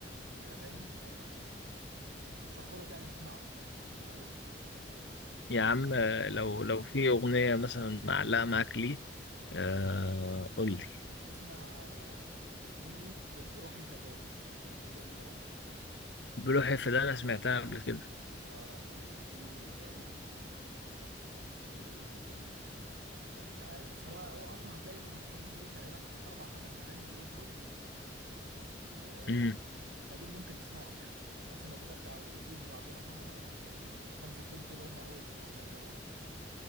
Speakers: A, on the right; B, on the left.
A: في الاغاني فبرشحه لك يعني تسمعه اسمع له
B: يا عم آه، لو لو في أغنية مثلا معلقة معاك ليه آه قول لي
A: اسمع آه، اغنيه بروحي فتاه دي جميله برضو
B: بلوحي في ده أنا سمعتها قبل كده
A: اه طيب في ايه تاني آه، لا مش عارف بس هو هو اصلا هتلاقي اللي مشهورين ليه تقريبا اربع خمس اغاني دول التوب آم،
B: امم
A: فدول ممكن تسمعهم يعني انت اصلا لو كتبت على اليوتيوب عبد الرحمن محمد هتلاقي ال- الخمسه التوب دول هم اول خمسه يظهروا لك